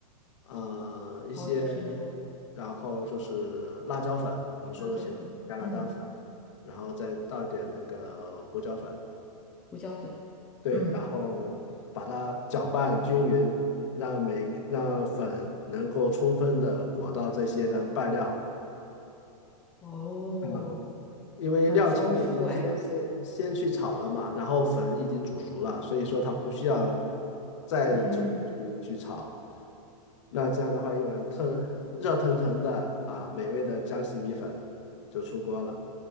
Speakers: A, on the left; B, in the centre.
A: 呃，
B: 蚝油、
A: 一些，
B: 生抽、
A: 然后就是辣椒粉，我们说的前加辣椒粉，
B: 辣椒粉，嗯，
A: 然后再倒一点那个胡椒粉，
B: 胡椒粉，
A: 对，
B: 嗯，
A: 然后把它搅拌均匀，让每让粉能够充分的裹到这些的拌料。
B: 哦，
A: 啊、因为料前面已经先先先去炒了嘛，
B: 很丰富哎。
A: 然后粉已经煮熟了，所以说它不需要再久地去去炒。
B: 嗯，
A: 那这样的话，一碗特热腾腾的啊，美味的江西米粉就出锅了。